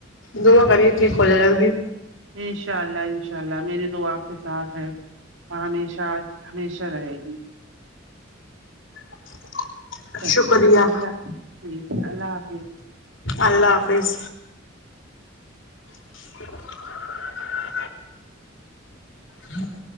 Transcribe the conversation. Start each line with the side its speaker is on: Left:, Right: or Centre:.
Left: دعا کریے ٹھیک ہو جائے جلدی
Right: انشاء اللہ انشاء اللہ میری دعا آپ کے ساتھ ہے اور ہمیشہ ہمیشہ رہے گی
Left: <inaudible>
Right: چلیے
Left: شکریہ
Right: ٹھیک ہے اللہ ٹھیک ہے اللہ حافظ
Left: اللہ حافظ <inaudible> ہاں